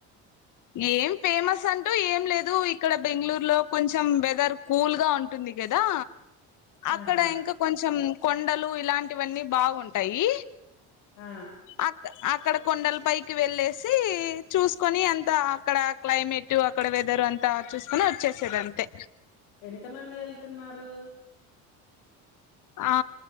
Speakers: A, on the left; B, on the left.
A: ఏం ఫేమస్ అంటూ ఏం లేదు ఇక్కడ బెంగళూరు లో కొంచెం వెదర్ కూల్ గా ఉంటుంది. గదా అక్కడ
B: ఆహా
A: ఇంకా కొంచెం కొండలు ఇలాంటివన్నీ బాగుంటాయి.
B: ఆ
A: అక్ అక్కడ కొండల పైకి వెళ్ళేసి చూసుకొని అంతా అక్కడ క్లైమేట్టు అక్కడ వెద ర్ అంతా చూస్కొని వచ్చేసేదంతె
B: ఎంత మంది ఎళ్తున్నారు
A: ఆ